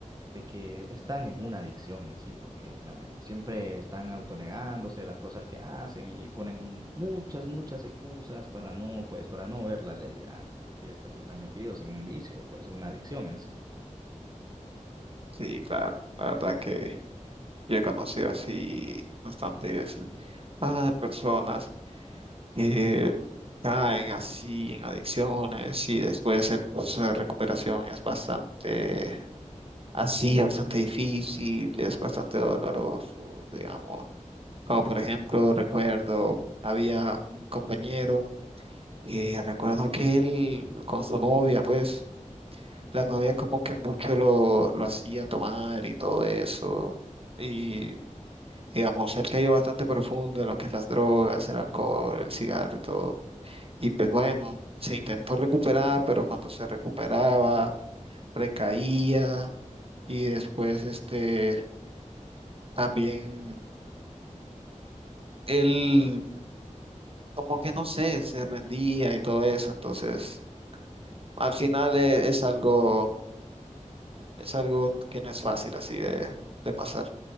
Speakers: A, on the right; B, on the right.
A: de que están en una adicción en sí, porque la ma- siempre están autonegándose las cosas que hacen y ponen muchas, muchas excusas para no, pues, para no ver la realidad, que es lo que están metidos en un vicio, pues una adicción en sí.
B: Sí, claro, la verdad que yo he conocido así bastantes ah, personas que caen así en adicciones y después el proceso de recuperación es bastante así bastante difícil, es bastante doloroso, digamos. Como por ejemplo, recuerdo, había un compañero y recuerdo que él con su novia, pues, la novia como que mucho lo, lo hacía tomar y todo eso. Y digamos, él cayó bastante profundo en lo que es las drogas, el alcohol, el cigarro y todo. Y pues bueno, se intentó recuperar, pero cuando se recuperaba, recaía y después este También él, como que no sé, se rendía y todo eso. Entonces, al final e- es, algo, es algo que no es fácil así de, de pasar.